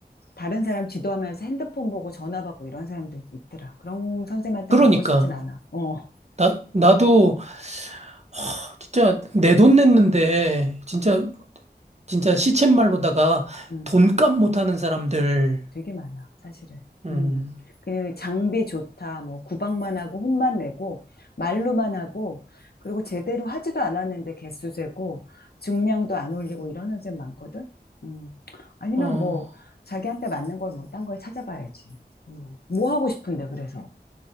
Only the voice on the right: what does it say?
그러니까
나 나도 허, 진짜 내 돈 냈는데 진짜 진짜 시쳇말로다가
돈값 못하는 사람들
음,
어,